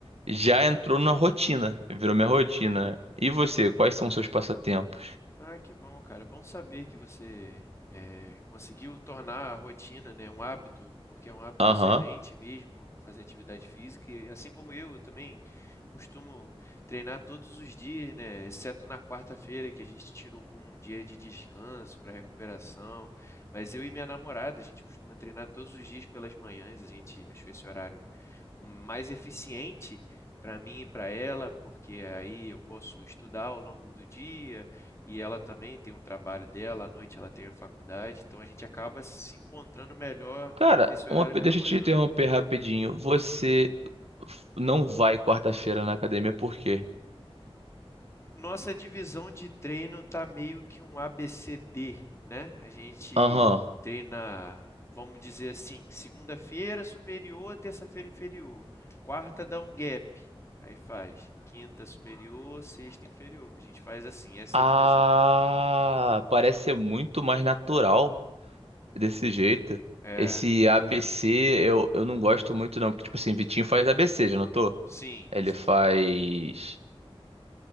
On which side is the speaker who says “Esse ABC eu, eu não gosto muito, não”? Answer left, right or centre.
Right